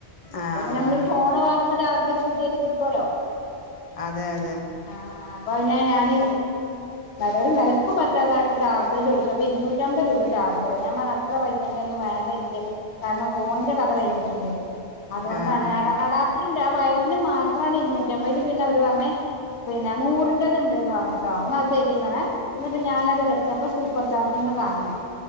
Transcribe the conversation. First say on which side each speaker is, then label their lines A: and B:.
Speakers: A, on the left (about 40°); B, on the left (about 90°).
A: ആഹ്
B: അപ്പൊ പിന്നെ നമ്മള് ഫോണ് വാങ്ങുമ്പോ ചാർജർ പുതിയത് കിട്ടുവല്ലോ
A: അതെ അതെ
B: ആഹ് അപ്പ <unintelligible> ഞാന് ഒരു നിരക്കും പറ്റാതായിട്ട് ചാർ ചദിച്ചപ്പോ ഇരുന്നൂറ്റമ്പത് രൂപ ചാർജറ് ഞാൻ പർഞ്ഞ് അത്ര പൈസന്റന്ന് വേണ്ടെനി <unintelligible> കാരണം ഫോണിന്റെ കഥ കഴിഞ്ഞിട്ടുണ്ട് അതുകൊണ്ടാണ്
A: ആഹ്
B: അട അടാ ട്‌റ്ണ്ട് ആഹ് വയറിന് മാത്രണ് ഇരുന്നൂറ്റമ്പതില് പിന്നെ അവര് പറഞ്ഞ് പിന്നെ നൂറിന്റത് ഇണ്ട്ന്ന് പറഞ്ഞ്ട്ടോ ന്ന അത് തെരീന്നർഞ്ഞ് ന്നട്ട് ഞാനത് വെച്ചപ്പോൾ സൂപ്പർ ചാർജിങ്ങ് കാണേ